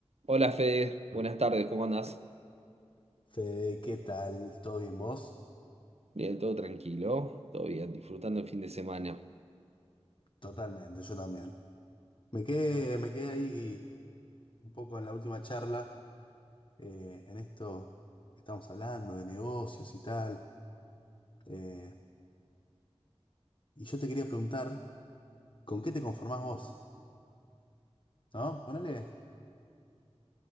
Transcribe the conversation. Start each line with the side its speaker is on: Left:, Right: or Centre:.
Right: Hola Fede, buenas tardes, ¿cómo andás?
Left: Fede, ¿qué tal? ¿Todo bien vos?
Right: Bien, todo tranquilo, todo bien, disfrutando el fin de semana.
Left: Totalmente, yo también. Me quedé, me quedé ahí un poco en la última charla, eh, en esto que estamos hablando de negocios y tal. eh, y yo te quería preguntar, ¿con qué te conformás vos? ¿No? Ponele,